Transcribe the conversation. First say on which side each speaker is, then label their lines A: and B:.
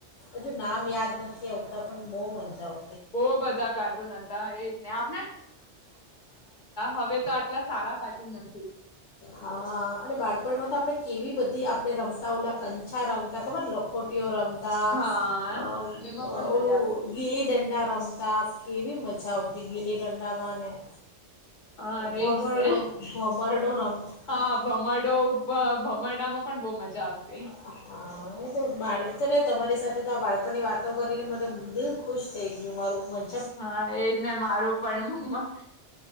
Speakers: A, on the left (about 80°); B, on the left (about 45°).
A: હજુ નામ યાદ નથ આવતા પણ બહુ મજા આવ
B: બઉ બધા કાર્ટૂન હતા એજ ને. આ હવે તો આટલા સારા કાર્ટૂન નથી.
A: હા અને બાળપણમાં તો આપડે કેવી બધી આપડે રમતા ઓલા કંછા રમતા ખબર લખોટીઓ રમ તા
B: હા
A: અ
B: એમાં પણ
A: અ
B: મજા
A: ઓલું
B: આવતી
A: ગીલી દંડા રમ તા કેવી મજા આવતી ગીલી દંડામાં ને.
B: હા
A: ભમરડો
B: એજ ને.
A: ભમરડો રમતા
B: હા ભમડો ભમડામાં પણ બઉ મજા આવતી.
A: હા. હા એ તો બાળ તો ને તમારી સાથે તો આ બાળપણની વાતો કરીને મને દિલ ખુશ થઈ ગયું મારું મજ
B: હા એજ ને મારું પણ,